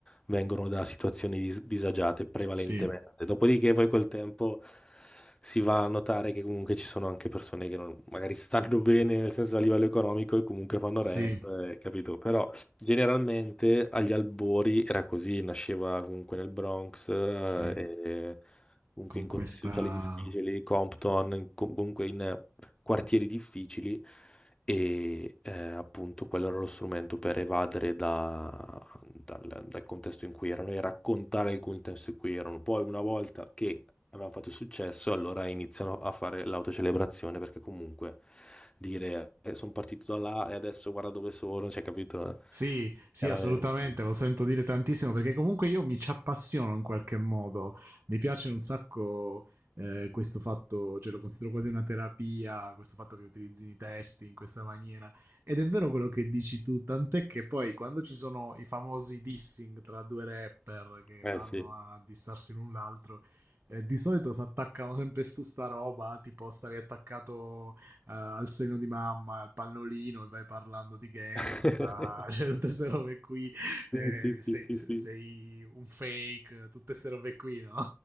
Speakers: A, on the left (about 20°); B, on the right (about 50°).
A: vengono da situazioni dis- disagiate prevalentemente.
B: sì,
A: Dopodiché poi col tempo si va a notare che comunque ci sono anche persone che non- magari stanno bene, nel senso a livello economico e comunque fanno
B: sì.
A: rap, eh, capito? Però Generalmente agli albori era così, nasceva comunque nel Bronx, eh,
B: Sì,
A: e comunque
B: con
A: in
B: questa
A: contesti sociali difficili, Compton, in- com- comunque in eh, quartieri difficili e eh, appunto quello era lo strumento per evadere da- dal, dal contesto in cui erano e raccontare il contesto in cui erano. Poi una volta che avevano fatto successo, allora iniziano a fare l'autocelebrazione perché comunque dire sono partito da là e adesso guarda dove sono, cioè capito?
B: Sì, sì,
A: Chiaramente.
B: assolutamente, lo sento dire tantissimo perché comunque io mi ci appassiono in qualche modo, mi piace un sacco eh, questo fatto, cioè lo considero quasi una terapia, questo fatto che utilizzi i testi in questa maniera ed è vero quello che dici tu, tant'è che poi quando ci sono i famosi dissing tra due rapper che
A: Eh
B: vanno
A: sì.
B: a dissarsi l'un l'altro, eh, di solito si attaccano sempre su sta roba, tipo stavi attaccato eh, al seno di mamma, al pannolino e vai parlando di gangsta,
A: <laughs>
B: <laughs> cioè tutte queste robe qui,
A: Sì,
B: eh,
A: sì, sì,
B: sei,
A: sì,
B: sei,
A: sì.
B: un fake, tutte queste robe qui, no?